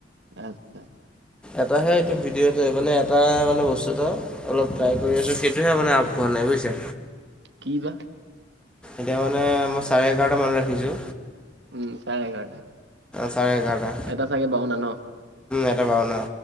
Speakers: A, on the right; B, in the centre.
A: আচ্ছা
B: এটাহে এইটো ভিডিঅ'টো মানে এটা মানে বস্তু এটা অলপ ট্ৰাই কৰি আছো সেইটোহে মানে আগবঢ়োৱা নাই বুজিছা।
A: কি বা?
B: এতিয়া মানে মই চাৰে এঘাৰটা মান ৰাখিছোঁ।
A: উম চাৰে এঘাৰটা।
B: চাৰে এঘাৰটা।
A: এটা চাগে বওনা ন।
B: এটা বাওনা